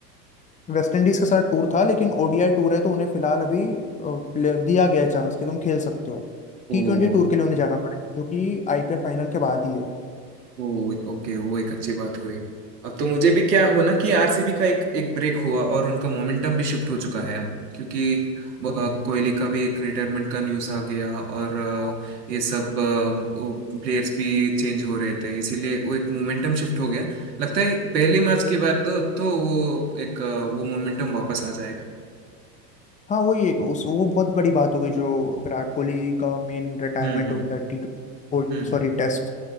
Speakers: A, on the left; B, on the right.
A: वेस्ट इंडीज के साथ टूर था लेकिन ओडीआई टूर है तो उन्हें फिलहाल अभी अ, प्ले- दिया गया है चांस कि तुम खेल सकते हो
B: ओ
A: टी ट्वेंटी टूर के लिए उन्हें जाना पड़ेगा जो कि आईपीएल फाइनल के बाद ही
B: वो ओके वो एक अच्छी बात हुई अब तो मुझे भी क्या हुआ ना कि आरसीबी का एक एक ब्रेक हुआ और उनका मोमेंटम भी शिफ्ट हो चुका है अब क्योंकि अ, कोहली का भी एक रिटायरमेंट का न्यूज़ आ गया और अ,
A: है
B: ये सब प्लेयर्स भी चेंज हो रहे थे इसीलिए वो एक मोमेंटम शिफ्ट हो गया लगता है पहले मैच के बाद तो तो वो एक अ, वो मोमेंटम वापस आ जाएगा
A: हाँ वही एक उस वो बहुत बड़ी बात हो गई जो विराट कोहली का मेन रिटायरमेंट
B: हम्म हम्म
A: हो गया टी ट्वेंटी
B: हम्म
A: सॉरी
B: हम्म
A: टेस्ट